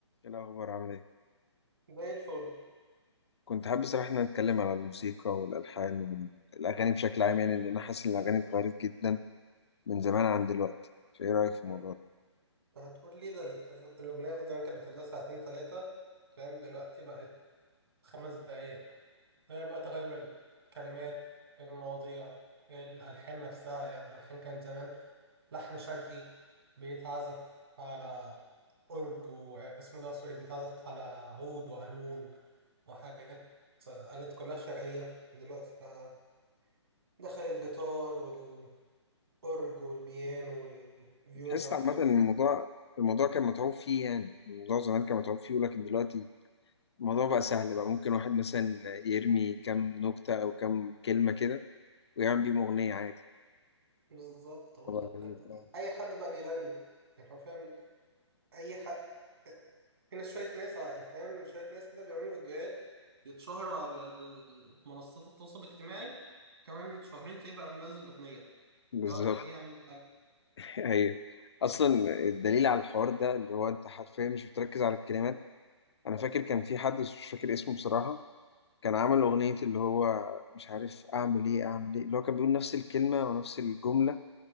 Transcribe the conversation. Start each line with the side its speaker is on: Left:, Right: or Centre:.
Left: ايه الاخبار عامل ايه
Right: زي الفل
Left: كنت حابب صراحه ان نتكلم على الموسيقى والالحان والاغاني بشكل عام يعني لان انا حاسس ان الاغاني اتغيرت جدا من زمان عن دلوقتي فايه رايك في الموضوع
Right: انت هتقول لي ده الأغ- الأغنية زمان كانت بتطلع ساعتين ثلاثة فاهم دلوقتي بقت خمس دقايق غير بقى تغير الكلمات المواضيع الألحان نفسها يعني الألحان كان زمان لحن شرقي بيتعزف على أورج واسمه ده سوري بيتعزف على عود وقانون وحاجات آلات كلها شرقية دلوقتي بقى دخل الجيتار والأورج والبيانو والفيولا
Left: ده تحس
Right: والحاجات
Left: عامه ان الموضوع الموضوع كان متعوب فيه يعني الموضوع زمان كان متعوب فيه ولكن دلوقتي الموضوع بقى سهل بقى ممكن واحد مثلا يرمي كام نكته او كام كلمه كده ويعمل بيهم اغنيه عادي
Right: بالظبط هو
Left: طبعا
Right: ال-
Left: غريب. آه.
Right: اي حد بقى بيغني يعني حرفيا اي حد هنا شويه ناس ع- يعني فاهم شويه ناس كده بيعملوا فيديوهات يتشهروا على ال- منصات التواصل الاجتماعي كمان شهرين تلاقيه بقى منزل اغنيه
Left: بالظبط
Right: اللي هو ايه يا
Left: <laughs>
Right: عم الحاج
Left: ايوه اصلا الدليل على الحوار ده اللي هو انت حرفيا مش بتركز على الكلمات انا فاكر كان في حد بس مش فاكر اسمه بصراحه كان عمل أغنية اللي هو مش عارف أعمل إيه أعمل إيه اللي هو كان بيقول نفس الكلمة ونفس الجملة